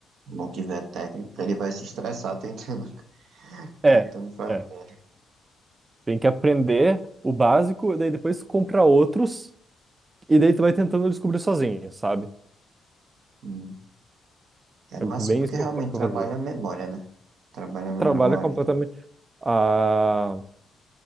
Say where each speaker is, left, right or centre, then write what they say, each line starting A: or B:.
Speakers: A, on the right; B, on the right.
A: não tiver técnica, ele vai se estressar tentando, <laughs>
B: É,
A: tentando fazer.
B: é. Tem que aprender o básico, e daí depois tu compra outros, e daí tu vai tentando descobrir sozinho, sabe?
A: Sim. É
B: É bem
A: massa porque
B: isso que eu,
A: realmente
B: que eu
A: trabalha
B: fazia.
A: a memória, né? Trabalha a
B: Trabalha
A: memória.
B: completamente.
A: tá?
B: ah,